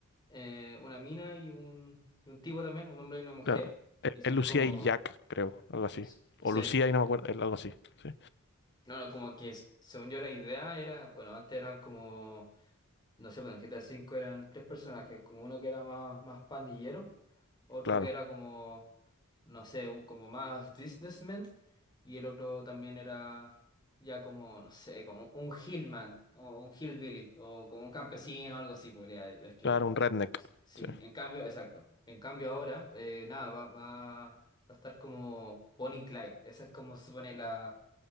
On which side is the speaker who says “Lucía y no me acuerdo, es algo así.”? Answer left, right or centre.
Left